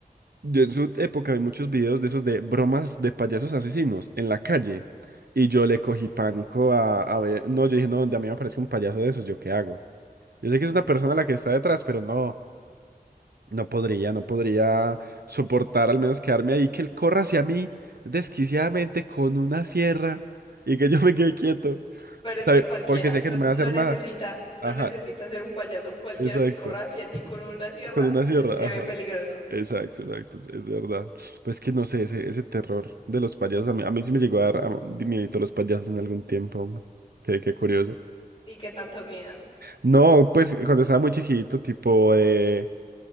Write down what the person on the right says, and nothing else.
Yo en su época vi muchos videos de esos de bromas de payasos asesinos en la calle y yo le cogí pánico a, a ver, no, yo dije, no, donde a mí me aparece un payaso de esos, ¿yo qué hago? Yo sé que es una persona la que está detrás, pero no, no podría, no podría soportar al menos quedarme ahí, que él corra hacia mí desquiciadamente con una sierra y que yo me quede quieto,
¿sabe?
Porque sé
que no me
va a hacer
nada.
Ajá,
exacto.
Con una sierra,
ajá.
Exacto, exacto, es verdad. Pues que no sé, ese, ese terror de los payasos, a mí, a mí sí me llegó a dar a, miedito los payasos en algún tiempo, hombre. Qué, qué curioso.
No, pues cuando estaba muy chiquito, tipo, eh,